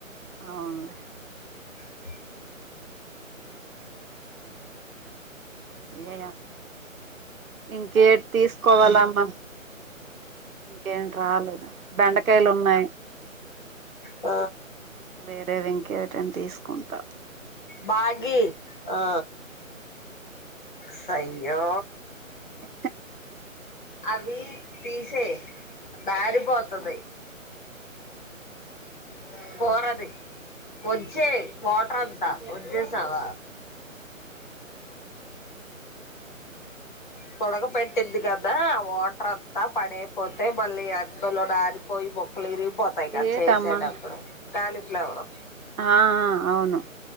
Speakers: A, on the right; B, on the left.
A: అవునులే
B: <unintelligible> <unintelligible>
A: ఏ ఇంకేటి తీసుకోవాలమ్మా ఇంకేంటి రాలేదు బెండకాయలు ఉన్నాయి
B: ఆ
A: వేరే వెంకేటం తీసుకుంటా
B: బాగీ ఉ సయ్యో
A: ఎ
B: అవి తీసే దారిపోతది ఆ పోరదు చే వాటర్ అంతా వచేసావ తోడక పెంట ఇది క ఏ వాటర్ త పడేపోతే మళ్ళీ అద్ దల డాడీ పోయ్ బో మల్ల ఇరిగిపోతాయ్ కదా
A: ఏటమ్మా
B: చెయ్ సెడ్ప్పుడు కాలిఫ్లవర్రు
A: ఆ అవును